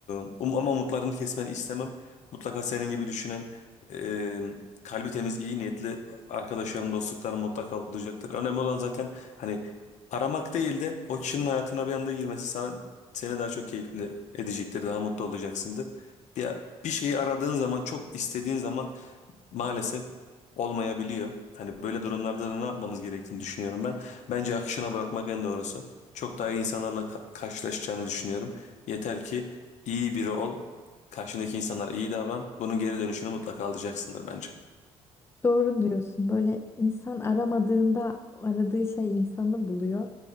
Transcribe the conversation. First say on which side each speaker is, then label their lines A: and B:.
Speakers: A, on the left; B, on the left.
A: e, um, ama umutlarını kesmeni istemem. Mutlaka senin gibi düşünen e, kalbi temiz, iyi niyetli arkadaşlarım, dostluklarım mutlaka olacaktır. Önemli olan zaten hani aramak değil de o kişinin hayatına bir anda girmesi sana seni daha çok keyifli edecektir, daha mutlu olacaksındır. Bir, bir şeyi aradığın zaman, çok istediğin zaman maalesef olmayabiliyor. Hani böyle durumlarda da ne yapmamız gerektiğini düşünüyorum ben. Bence akışına bırakmak en doğrusu. Çok daha iyi insanlarla ka- karşılaşacağını düşünüyorum. Yeter ki iyi biri ol. Karşındaki insanlara iyi davran. Bunun geri dönüşünü mutlaka alacaksındır bence.
B: Doğru diyorsun. Böyle insan aramadığında aradığı şey insanı buluyor.